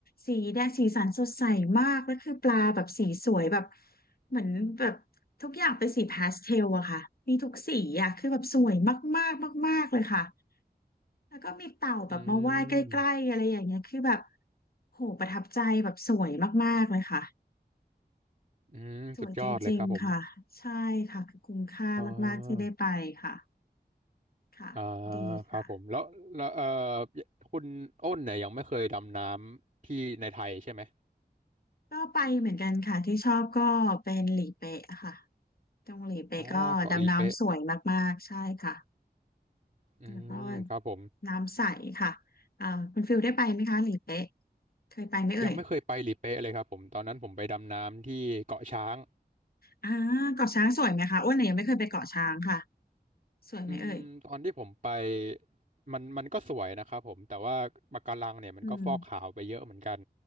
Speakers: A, on the left; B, on the right.
A: สีแดงสีสันสดใสมากแล้วคือปลาแบบสีสวยแบบเหมือนแบบทุกอย่างเป็นสีพาสเทลอะค่ะมีทุกสีอะคือแบบสวยมากๆมากๆเลยค่ะ แล้วก็มีเต่าแบบมาว่ายใกล้ๆอะไรอย่างเงี้ยคือแบบ
B: ำอืม
A: โหประทับใจแบบสวยมากๆเลยค่ะ
B: อืมสุดยอดเลยครับผม
A: สวยจริงๆค่ะใช่ค่ะคือคุ้มค่ามากๆที่ได้ไปค่ะ
B: อ่า
A: ค่ะดีค่ะ
B: อ่าครับผมแล้วแล้วเออคุณอ้นเนี่ยยังไม่เคยดำน้ำที่ในไทยใช่ไหม
A: ก็ไปเหมือนกันค่ะที่ชอบก็เป็นหลีเป๊ะค่ะตรงหลีเป๊ะก็ดำน้ำสวยมากๆใช่ค่ะ
B: อ๋อเกาะลีเป๊ะอืมครับผม
A: แล้วก็น้ำใสค่ะอ่าคุณฟิลได้ไปไหมคะหลีเป๊ะเคยไปไหมเอ่ย
B: ยังไม่เคยไปลีเป๊ะเลยครับผมตอนนั้นผมไปดำน้ำที่เกาะช้าง
A: อ่าเกาะช้างสวยไหมคะอ้วนเนี่ยยังไม่เคยไปเกาะช้างค่ะสวยไหมเอ่ย
B: อืมตอนที่ผมไปมันมันก็สวยนะครับผมแต่ว่าปะการังเนี่ยมันก็ฟอกขาวไปเยอะเหมือนกัน
A: อืม